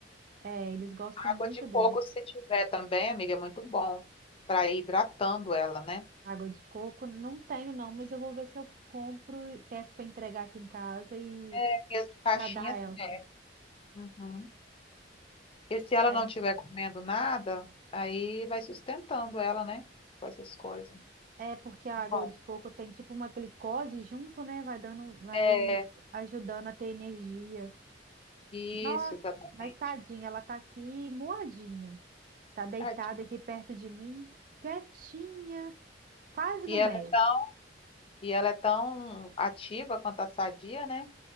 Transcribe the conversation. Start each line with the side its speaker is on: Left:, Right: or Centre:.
Right: É, eles gostam
Left: Água
Right: muito
Left: de coco,
Right: dela.
Left: se tiver também, amiga, é muito bom para ir hidratando ela, né?
Right: Água de coco, não tenho não, mas eu vou ver se eu compro, e peço para entregar aqui em casa e
Left: É, porque as de caixinha,
Right: para dar a
Left: assim,
Right: ela.
Left: é. Uhum. E se ela
Right: Tem.
Left: não estiver comendo nada, aí vai sustentando ela, né? Com essas coisas.
Right: É porque a
Left: Bom,
Right: água de coco tem tipo uma glicose junto, né? Vai dando, vai
Left: é
Right: ajudando a ter energia.
Left: isso,
Right: Nossa,
Left: exatamente.
Right: mas tadinha, ela tá aqui moadinha. Tá deitada
Left: Tadinha.
Right: aqui perto de mim, quietinha, quase
Left: E
Right: no
Left: ela
Right: meio.
Left: é tão, e ela é tão ativa quanto a sadia, né?